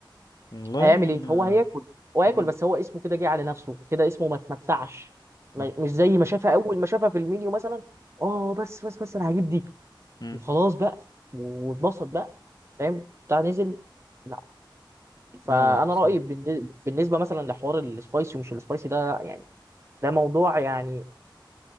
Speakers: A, on the left; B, on the right.
A: والله
B: هيعمل ايه هو
A: آه،
B: هياكل هو هياكل
A: مم.
B: بس هو اسمه كده جه على نفسه كده اسمه ما اتمتعش ما-
A: مت-
B: مش زي ما شافها اول ما شافها في المنيو مثلا اه بس بس بس انا هجيب دي
A: مم.
B: وخلاص بقى واتبسط بقى فاهم بتاع نزل لا
A: لا
B: فانا
A: لا صح
B: رايي بالن- بالنسبه مثلا لحوار السبايسي ومش السبايسي ده يعني ده موضوع يعني